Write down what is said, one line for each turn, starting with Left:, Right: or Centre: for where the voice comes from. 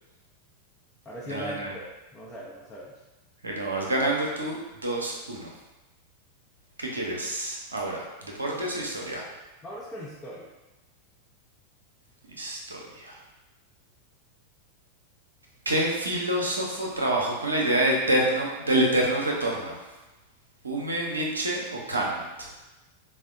Left: Ahora sí
Right: No,
Left: a la delantera.
Right: no.
Left: Vamos a ver, vamos a ver.
Right: Bueno, vas ganando tú Dos uno. ¿Qué quieres ahora? ¿Deportes
Left: Vámonos,
Right: o historia?
Left: vámonos con historia.
Right: Historia. ¿Qué filósofo trabajó con la idea de eterno, del eterno retorno? ¿Hume, Nietzsche o Kant?